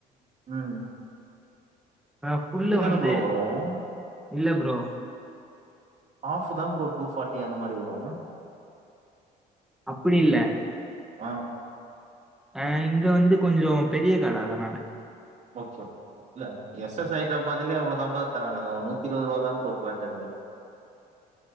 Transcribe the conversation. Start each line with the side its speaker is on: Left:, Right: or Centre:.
Right: ம்
Centre: ஆ ஃபுல்லு
Right: தானே
Centre: வந்து
Right: ப்ரோ வரும்.
Centre: இல்ல ப்ரோ
Right: ஆஃபு தா ப்ரோ டூஃபாட்டி அந்த மாரி வரு
Centre: அப்டி இல்ல
Right: ஆ
Centre: அ இங்க வந்து கொஞ்சௌ பெரிய கட அதனால
Right: ஓகே இல்ல எஸ் எஸ் ஆயிட்ட பத்திலயே அவ்ளதா தரானுங்க நூத்தி இருபது ரூபா தான ப்ரோ குவாட்டரு